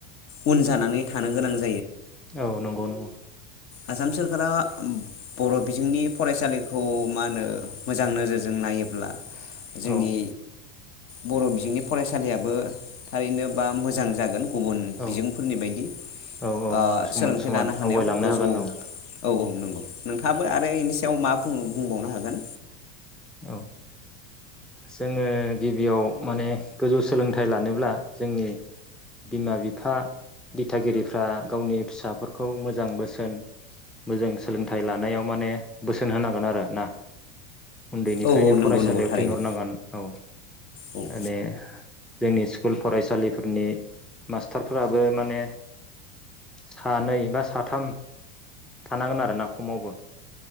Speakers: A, on the left; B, in the centre.
A: उन जानानै थानो गोनां ज
B: औ नंगौ नंगौ
A: आसाम सोरखारा बर बिजोंनि फरायसालिखौ मा होनो मोजां नोजोरजों नायोब्ला जोंनि
B: औ
A: बर बिजोंनि फरायसालियाबो थारैनो बा मोजां जागोन गुबुन
B: औ
A: बिजोंफोरनि बायदि
B: औ औ
A: ओ
B: समान
A: सोलोंथाइ
B: समान
A: लानो हानायाव
B: आवगायलांनो
A: गोजौ
B: हागोन औ
A: औ औ नंगौ नोंथाङाबो आरो बेनि सायाव मा? बुं बुंबावनो हागोन
B: औ जोङो गिबियाव माने गोजौ सोलोंथाइ लानोब्ला जोंनि बिमा बिफा दिथागिरिफ्रा गावनि फिसाफोरखौ मोजां बोसोन मोजां सोलोंथाइ लानायाव माने बोसोन होनांगोन आरो ना उन्दैनिफ्रायनो
A: औ औ नंगौ
B: फरायसालियाव
A: नंगौ थारैनो
B: थिनहरनांगोन औ
A: औ
B: माने जोंनि स्कुल फरायसालिफोरनि मास्टारफोराबो माने सानै बा साथाम थानांगोन आरोना खमावबो